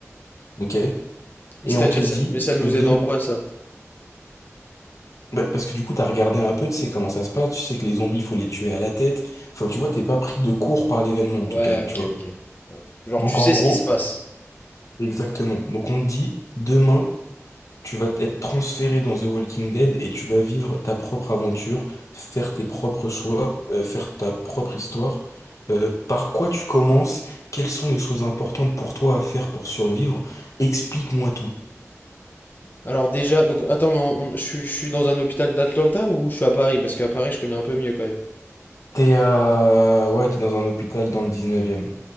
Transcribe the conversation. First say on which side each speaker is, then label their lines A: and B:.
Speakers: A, on the left; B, on the left.
A: ok?
B: C'est-à-dire
A: Et on te dit
B: ça, mais ça
A: que
B: nous
A: demain...
B: aide en quoi ça?
A: Bah, parce que du coup, t'as regardé un peu, tu sais comment ça se passe, tu sais que les zombies, faut les tuer à la tête. Enfin, tu vois, t'es pas pris de court par l'événement, en
B: Ouais,
A: tout cas, tu
B: ok,
A: vois.
B: ok. Genre,
A: Donc,
B: tu sais
A: en gros,
B: ce qui se passe.
A: exactement. Donc, on te dit, demain, Tu vas être transféré dans The Walking Dead et tu vas vivre ta propre aventure, faire tes propres choix, euh, faire ta propre histoire. Euh, par quoi tu commences? Quelles sont les choses importantes pour toi à faire pour survivre? Explique-moi tout.
B: Alors déjà, donc attends, mais on- on- je suis je suis dans un hôpital d'Atlanta ou je suis à Paris? Parce qu'à Paris, je connais un peu mieux quand même.
A: T'es à... Ouais, t'es dans un hôpital dans le dix-neuvième.